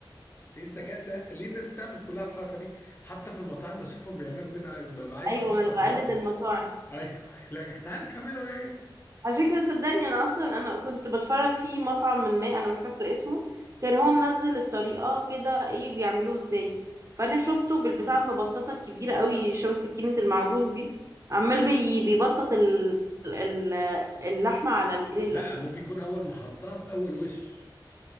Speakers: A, on the left; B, on the right.
A: ايه الذكاء ده؟ ليه الناس بتعمل كلها الحركة دي؟ حتى في المطاعم بشوفهم بيعملوا كده ببقى عايز
B: ايوه
A: اخش
B: ما انا
A: اخبطهم
B: بقلد المطاعم
A: ايوه لا يا جدعان تعملوا ايه
B: على فكرة صدقني أنا أصلا أنا كنت بتفرج في مطعم من ما أنا مش فاكرة اسمه كان هو منزل الطريقة كده إيه بيعملوه إزاي فأنا شفته بالبتاع المبططة الكبيرة قوي شبه سكينة المعجون دي عمال بي بيبطط ال... ال... اللحمة على الجريلة
A: لا ممكن يكون اول محطة في اول وش